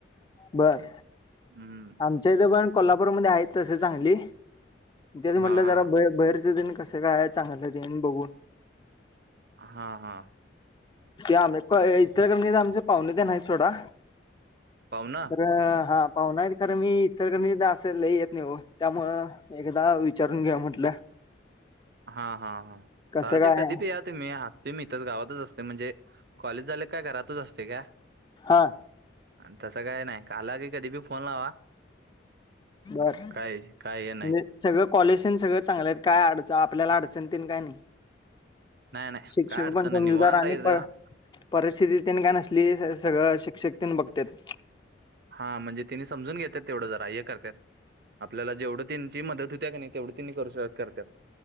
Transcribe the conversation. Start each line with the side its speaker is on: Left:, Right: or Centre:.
Left: बर.
Right: हम्म.
Left: आमच्या इथं पण कोल्हापूरमधी आहेत तशी चांगली. तेचं म्हटलं
Right: हां, हां.
Left: जरा बाहेरच देण कसं काय, चांगलं तेण बघून.
Right: हा हा.
Left: आम- इचलकंरजी आमचं पाहुणे तेण आहेत सोडा.
Right: पावणं.
Left: तर हा पावण हायत. खर मी इचलकरंजीत असं लै येत नाही ओ, त्यामुळं एकदा विचारून घेवूया म्हंटलं.
Right: हा.. हा.. हा..
Left: कसं
Right: चालतंय
Left: काय
Right: कधी
Left: आहे
Right: पण या. मी आसतोय. मी इथंच गावातच असतोय म्हणजे, कॉलेज झाले काय घरातच असतोय काय.
Left: हां.
Right: आणि तसं काय नाही. आला की कधी बी फोन लावा.
Left: बरं.
Right: काय काय हे नाही.
Left: सगळं कॉलेज तेण सगळं चांगलंय. काय अडचण आपल्याला अडचण तेण नाही.
Right: नाही, नाही.
Left: शिक्षक
Right: काय अडचण
Left: पण समजूदारार
Right: नाही. निवांत
Left: आणिणी
Right: आहे इथं.
Left: पण. परिस्थिती तने काय नसली सगळं शिक्षक तेन बघतत्यात
Right: हा म्हणजे तिने समजून घेत्यात तेवढं जरा हे करतात आपल्याला जेवढं त्यांची मदत होते्या का नाही तेवढं त्यांनी करू शक करतात